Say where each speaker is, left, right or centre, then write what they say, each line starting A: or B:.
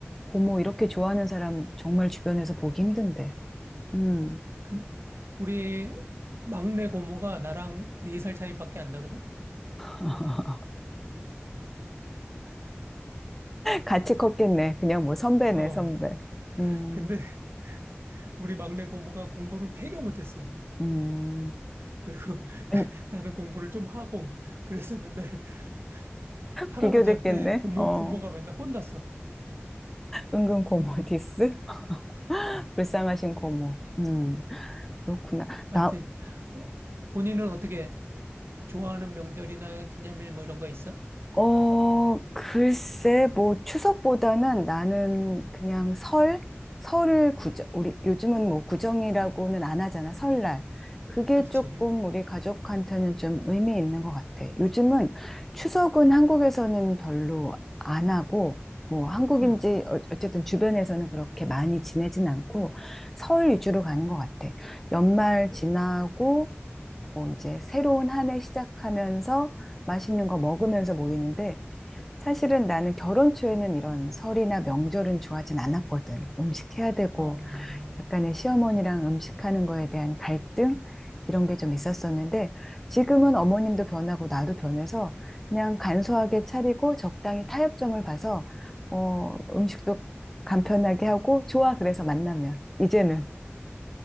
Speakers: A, in the centre; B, on the right.
A: 고모 이렇게 좋아하는 사람 정말 주변에서 보기 힘든데. 음,
B: 그, 우리 막내 고모가 나랑 네 살 차이밖에 안 나거든?
A: <laughs> 같이 컸겠네. 그냥 뭐 선배네,
B: 어.
A: 선배. 음,
B: 근데 <laughs> 우리 막내 고모가 공부를 되게 못했어.
A: 음.
B: 그리고 <laughs>
A: 아니,
B: 나는 공부를 좀 하고, 그래서 맨날 <laughs> 할아버지한테
A: 비교됐겠네.
B: 고모,
A: 어.
B: 고모가 맨날 혼났어.
A: 은근 고모 디스? <laughs>
B: 어. 어.
A: 불쌍하신 고모. 음, 그렇구나.
B: 하여튼,
A: 나,
B: 어, 본인은 어떻게 좋아하는 명절이나 기념일 뭐 이런 거 있어?
A: 어, 글쎄, 뭐, 추석보다는 나는 그냥 설? 설을 구정, 우리, 요즘은 뭐, 구정이라고는 안 하잖아, 설날. 그게
B: 그렇지.
A: 조금 우리 가족한테는 좀 의미 있는 것 같아. 요즘은 추석은 한국에서는 별로 안 하고, 뭐, 한국인지,
B: 어.
A: 어- 어쨌든 주변에서는 그렇게 많이 지내진 않고, 설 위주로 가는 것 같아. 연말 지나고, 뭐, 이제 새로운 한해 시작하면서 맛있는 거 먹으면서 모이는데, 사실은 나는 결혼 초에는 이런 설이나 명절은 좋아하진 않았거든. 음식 해야 되고,
B: 어.
A: 약간의 시어머니랑 음식하는 거에 대한 갈등? 이런 게 좀 있었었는데, 지금은 어머님도 변하고 나도 변해서 그냥 간소하게 차리고 적당히 타협점을 봐서, 어, 음식도 간편하게 하고, 좋아. 그래서 만나면. 이제는.